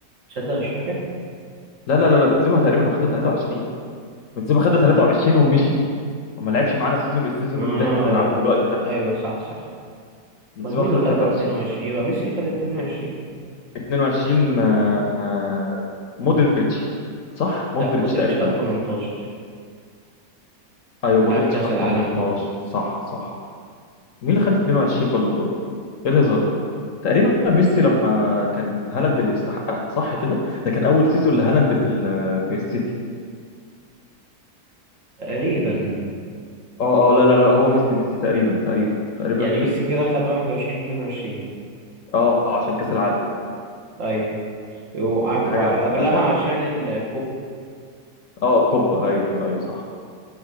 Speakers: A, on the right; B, on the left.
A: تصدق مش فاكر
B: لا لا لا لا بنزيما تقريبا واخدها 23 بنزيما خدها 23 ومشي وما لعبش معانا سيزون السيزون
A: اه
B: اللي احنا بنلعبه دلوقتي ده
A: ايوه صح صح
B: بنزيما
A: امال مين
B: واخدها
A: اللي خدها
B: 23
A: 22 يبقى ميسي خدها 22
B: ات- 22 آه، آه، مودريتش صح مودريتش
A: لا مودريتش
B: تقريبا
A: خد 18
B: ايوه مودريتش
A: بتاعت كاس
B: خد
A: العالم
B: 18
A: برضه
B: صح صح مين اللي خد 22 بالون دور؟ ايه الهزار ده؟ تقريبا ميسي لما كان هالاند اللي استحقها صح كده؟ ده كان اول سيزون لهالاند في ال- في السيتي
A: تقريبا
B: اه اه لا لا لا هو ميسي ميسي تقريبا تقريبا تقريبا
A: يعني ميسي
B: ميسي
A: كده خد 21 22
B: اه آه، عشان كاس العالم
A: ايوه وع- وقبلها
B: حاجه بمنتهى الضحك
A: عشان الكوب
B: اه الكوبا ايوه ايوه صح